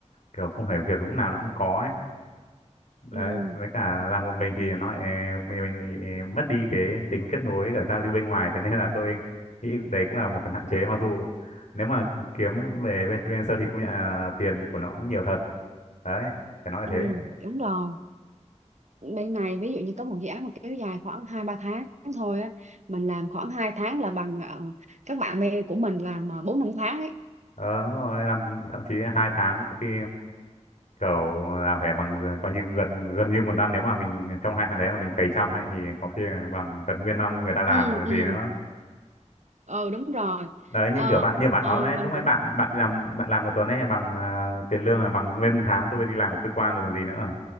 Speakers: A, on the left; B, on the right.
A: kiểu không phải việc lúc nào nó cũng có ấy đấy
B: Ừ,
A: với cả làm một mình thì nó eh, mình, mình eh, mất đi cái tính kết nối với cả giao lưu bên ngoài thế nên là tôi nghĩ đấy cũng là một phần hạn chế mặc dù nếu mà kiếm về bên freelancer thì cũng nhận là tiền của nó cũng nhiều thật đấy phải nói là
B: ừ,
A: thế
B: <laughs> đúng rồi. bên này ví dụ như có một dự án mà kéo dài khoảng 2 3 tháng thôi á, mình làm khoảng 2 tháng là bằng ờ, các bạn bè của mình làm ờ, bốn năm tháng ấy.
A: ờ, đúng rồi làm thậm chí hai tháng có khi kiểu là phải bằng coi như gần gần như một năm nếu mà mình trong hai tháng đấy mà mình cày chăm ấy thì có khi là bằng gần nguyên năm người ta làm
B: Ừ
A: rồi
B: ừ.
A: gì nữa
B: Ờ đúng rồi.
A: đấy như
B: Ờ,
A: kiểu bạn như bạn
B: ờ,
A: nói ấy,
B: mình
A: lúc nãy
B: cũng
A: bạn bạn đi làm bạn làm một tuần ấy bằng ờ, tiền lương là bằng nguyên tháng tôi đi làm ở cơ quan rồi còn gì nữa